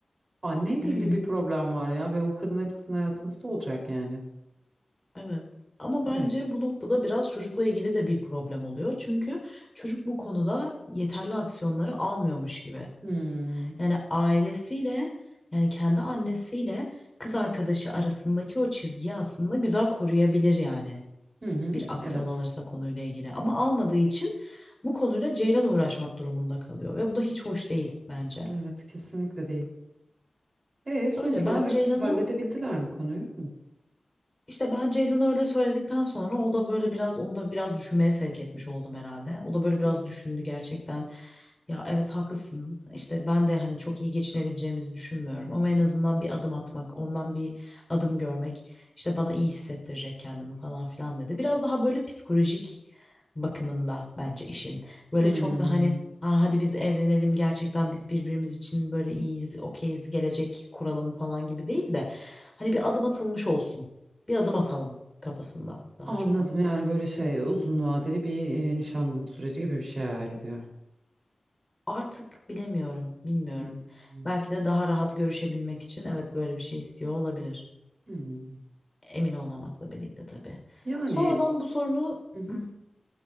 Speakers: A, on the right; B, on the left.
A: anneyle
B: Hı hı.
A: ilgili bir problem var ya ve o kadın hepsinin hayatınızda olacak yani.
B: Evet. Ama bence
A: Evet.
B: bu noktada biraz çocukla ilgili de bir problem oluyor. Çünkü çocuk bu konuda yeterli aksiyonları almıyormuş gibi.
A: Hmm.
B: Yani ailesiyle yani kendi annesiyle kız arkadaşı arasındaki o çizgiyi aslında güzel koruyabilir yani
A: Hı hı.
B: bir aksiyon
A: Evet.
B: alırsa konuyla ilgili. Ama almadığı için bu konuyla Ceylan uğraşmak durumunda kalıyor ve bu da hiç hoş değil bence.
A: Evet kesinlikle değil. E sonuç
B: Öyle
A: olarak
B: ben Ceylan'a
A: halledebildiler mi konuyu? Hı.
B: İşte ben Ceylan'a öyle söyledikten sonra o da böyle biraz onu da biraz düşünmeye sevk etmiş oldum herhalde. O da böyle biraz
A: Hı.
B: düşündü gerçekten. Ya evet haklısın. İşte ben de hani çok iyi geçinebileceğimizi düşünmüyorum ama en azından bir adım atmak, ondan bir adım görmek işte bana iyi hissettirecek kendimi falan filan dedi. Biraz daha böyle psikolojik bakımında bence işin. Böyle
A: Hmm.
B: çok da hani Aa, hadi biz evlenelim gerçekten biz birbirimiz için böyle iyiyiz, okeyiz, gelecek kuralım falan gibi değil de hani bir adım atılmış olsun bir adım atalım kafasında daha
A: Anladım
B: çok.
A: yani böyle şey uzun vadeli bir e, nişanlık süreci gibi bir şey hayal ediyor.
B: Artık bilemiyorum, bilmiyorum.
A: Hı hı.
B: Belki de daha rahat görüşebilmek için evet böyle bir şey istiyor olabilir.
A: Hmm.
B: Emin olmamakla birlikte tabii.
A: Yani
B: Sonradan bu sorunu
A: e, hı hı.
B: Hı,